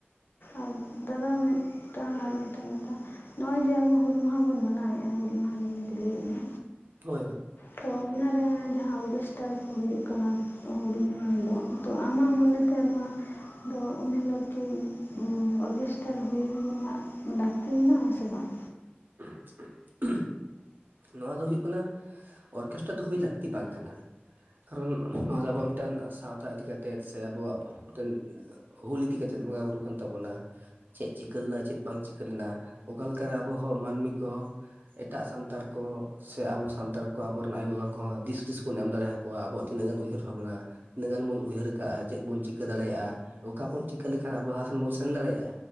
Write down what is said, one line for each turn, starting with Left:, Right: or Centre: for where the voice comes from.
Left: ᱟᱨ ᱫᱟᱫᱟ ᱢᱤᱫᱴᱟᱝ ᱟᱨ ᱢᱤᱫᱴᱟᱝ ᱠᱟᱛᱷᱟ ᱱᱚᱜᱼᱚᱭ ᱡᱮ ᱟᱵᱚ ᱦᱩᱞ ᱢᱟᱦᱟ ᱵᱚᱱ ᱢᱟᱱᱟᱣᱮᱫᱼᱟ ᱦᱩᱞ ᱢᱟᱦᱟ ᱱᱤᱭᱟᱹ ᱛᱮ ᱞᱟᱹᱭᱮᱫ ᱢᱮ
Right: ᱦᱳᱭ ᱦᱳᱭ
Left: ᱛᱚ ᱚᱱᱟᱨᱮ ᱡᱟᱦᱟᱸ ᱚᱨᱠᱮᱥᱴᱟᱨ ᱠᱚ ᱦᱩᱭᱩᱜ ᱠᱟᱱᱟ᱾ ᱦᱩᱞ ᱢᱟᱦᱟ ᱦᱤᱞᱳᱜ ᱛᱚ ᱟᱢᱟᱜ ᱢᱚᱱᱮ ᱛᱮ ᱱᱚᱣᱟ ᱫᱚ ᱩᱱ ᱦᱤᱞᱳᱜ ᱠᱤ ᱚᱨᱜᱮᱥᱴᱟᱨ ᱦᱩᱭ ᱨᱮᱱᱟᱜ ᱞᱟᱹᱠᱛᱤ ᱢᱮᱱᱟᱜ ᱟᱥᱮ ᱵᱟᱝ
Right: <inaudible> ᱱᱚᱣᱟ ᱫᱚ ᱦᱳᱭᱜ ᱠᱟᱱᱟ ᱚᱨᱠᱮᱥᱴᱨᱟ ᱫᱚ ᱦᱩᱭ ᱞᱟᱹᱠᱛᱤ ᱵᱟᱝ ᱠᱟᱱᱟ᱾ ᱠᱟᱨᱚᱱ ᱱᱚᱣᱟ ᱫᱚ ᱟᱵᱚᱣᱟᱜ ᱢᱤᱫᱴᱮᱱ ᱥᱟᱶᱛᱟ ᱤᱫᱤᱠᱟᱛᱮᱫ ᱥᱮ ᱟᱵᱚᱣᱟᱜ ᱢᱤᱫᱴᱮᱱ ᱦᱩᱞ ᱤᱫᱤ ᱠᱟᱛᱮᱫ ᱵᱚᱸᱜᱟ ᱵᱩᱨᱩ ᱠᱟᱱ ᱛᱟᱵᱚᱱᱟ, ᱪᱮᱫ ᱪᱤᱠᱟᱹ ᱞᱮᱱᱟ ᱪᱮᱫ ᱵᱟᱝ ᱪᱤᱠᱟᱹ ᱞᱮᱱᱟ ᱚᱠᱟ ᱞᱮᱠᱟᱨᱮ ᱟᱵᱚᱦᱚᱸ ᱢᱟᱹᱱᱢᱤ ᱠᱚ ᱮᱴᱟᱜ ᱥᱟᱱᱛᱟᱲᱼᱼ ᱠᱚ ᱥᱮ ᱟᱵᱚ ᱥᱟᱱᱛᱟᱲ ᱠᱚ ᱟᱵᱚᱨᱮᱱ ᱟᱭᱳᱼ ᱵᱟᱵᱟ ᱠᱚᱦᱚᱸ ᱫᱤᱥ ᱦᱩᱫᱤᱥ ᱵᱚᱱ ᱮᱢ ᱫᱟᱲᱮᱭᱟᱠᱚᱣᱟ ᱟᱵᱚᱣᱟᱜ ᱛᱤᱱᱟᱹᱜ ᱜᱟᱱ ᱩᱭᱦᱟᱹᱨ ᱵᱷᱟᱵᱽᱱᱟ ᱛᱤᱱᱟᱹᱜ ᱜᱟᱱ ᱵᱚᱱ ᱩᱭᱦᱟᱹᱨ ᱠᱟᱜᱼᱟ ᱪᱮᱫ ᱵᱚᱱ ᱪᱤᱠᱟᱹ ᱫᱟᱲᱮᱭᱟᱜᱼᱟ ᱚᱠᱟ ᱵᱚᱱ ᱪᱤᱠᱟᱹ ᱞᱮᱠᱷᱟᱱ ᱟᱵᱚ ᱞᱟᱦᱟᱥᱮᱫ ᱵᱚᱱ ᱥᱮᱱ ᱫᱟᱲᱮᱭᱟᱜᱼᱟ